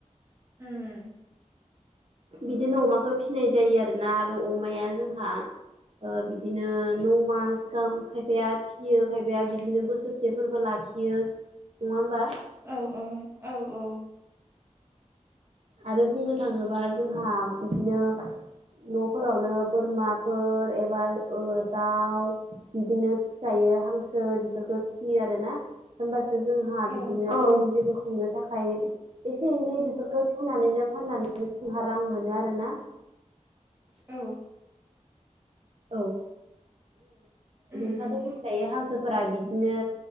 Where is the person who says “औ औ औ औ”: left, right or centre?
Right